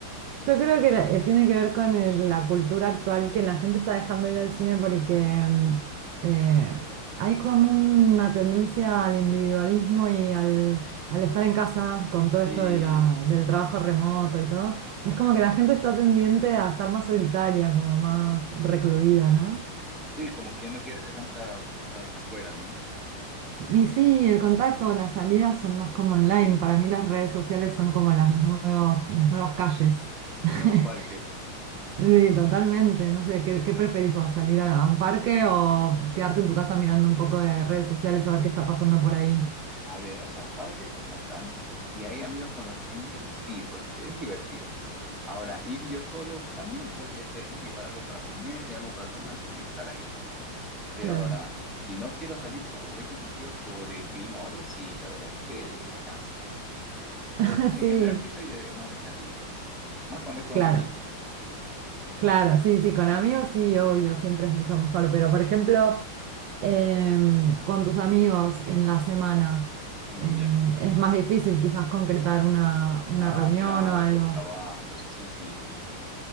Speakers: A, on the right (about 70°); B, in the centre.
A: Yo creo que la- eh, tiene que ver con el- la cultura actual que la gente está dejando de ir al cine porque mm, eh, hay como una tendencia al individualismo y al, al estar en casa con todo
B: Sí,
A: esto de la-
B: sí.
A: del trabajo remoto y todo. Es como que la gente está tendiente a estar más solitaria, como más recluida, ¿no?
B: Sí, como que no quiero hacer tantas cosas afuera, ¿no?
A: Y sí, el contacto o las salidas son más como online.
B: Sí,
A: Para mí las redes sociales son como las nuevos, las nuevas calles.
B: los nuevos
A: <laughs>
B: parques.
A: Sí, totalmente. No sé, ¿qué, qué preferís vos? ¿Salir a, a un parque o quedarte en tu casa mirando un poco de redes sociales a ver qué está pasando por ahí?
B: A ver, o sea, parque como tal, si hay amigos con los que ir, sí, porque es divertido. Ahora, ir yo solo también podría ser, ¿no? Llevar algo para comer, y algo para tomar y estar ahí. Pero
A: Claro.
B: ahora, si no quiero salir por X motivos, por el clima o algo, sí, la verdad es que la casa.
A: <laughs>
B: Pero no sé, en
A: Sí,
B: general sí soy de más de salir, más cuando es con
A: claro,
B: amigos.
A: claro. Sí, sí, con amigos sí, obvio, siempre es mucho mejor. Pero, por ejemplo, em, con tus amigos en la semana,
B: Mm,
A: eh,
B: ya.
A: es más difícil quizás concretar una, una
B: Ah,
A: reunión
B: claro,
A: o algo.
B: por trabajos, sí, sí, sí, sí.